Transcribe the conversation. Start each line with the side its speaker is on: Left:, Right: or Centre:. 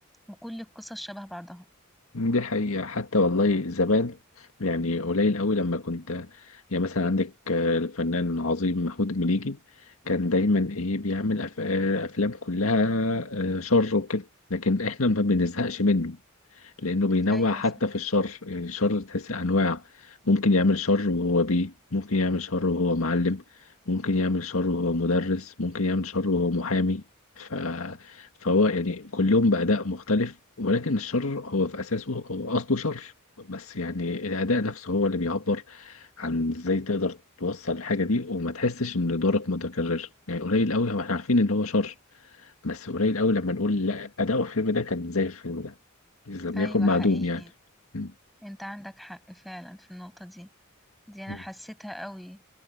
Centre: وكل القصص شبه بعضها
Left: دي حقيقة حتى والله زمان يعني قليل قوي لما كنت يعني مثلا عندك آه، الفنان العظيم محمود المليجي كان دايما ايه بيعمل أف- آه، افلام كلها آه، شر وكده لكن احنا ما بنزهقش منه لأنه بينوع
Centre: ايوه
Left: حتى
Centre: صح
Left: في الشر يعني الشر تحس أنواع ممكن يعمل شر وهو بيه ممكن يعمل شر وهو معلم ممكن يعمل شر وهو مدرس ممكن يعمل شر وهو محامي ف... فهو يعني كلهم بأداء مختلف ولكن الشر هو في أساسه هو أصله شر بس يعني الأداء نفسه هو اللي بيعبر عن ازاي تقدر توصل الحاجة دي وما تحسش ان دورك متكرر يعني قليل قوي هو احنا عارفين ان هو شر بس قليل قوي لما نقول لا أداؤه في الفيلم ده كان زي الفيلم ده إذا لم
Centre: ايوه
Left: يكن معدوم
Centre: حقيقي
Left: يعني مم.
Centre: انت عندك حق فعلا في النقطة دي دي انا
Left: مم.
Centre: حسيتها قوي